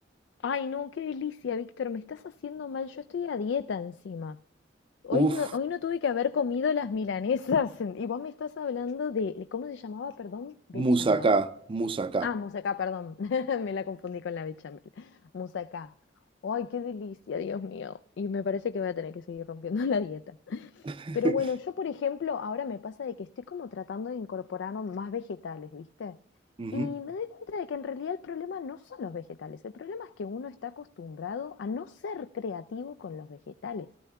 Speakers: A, on the left; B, on the right.
A: Ay, no, qué delicia, Víctor, me estás haciendo mal. Yo estoy a dieta encima. Hoy
B: Uf,
A: no, hoy no tuve que haber comido las milanesas. <laughs> Y vos me estás hablando de, ¿cómo se llamaba? Perdón, bechamal.
B: moussaka, moussaka.
A: Ah, musacá, perdón. <laughs> Me la confundí con la bechamel. Musacá. Ay, qué delicia, Dios mío. Y me parece que voy a tener que seguir rompiendo <laughs> la dieta.
B: <laughs>
A: Pero bueno, yo por ejemplo, ahora me pasa de que estoy como tratando de incorporar más vegetales, ¿viste?
B: Ujú,
A: Y me doy cuenta de que en realidad el problema no son los vegetales, el problema es que uno está acostumbrado a no ser creativo con los vegetales,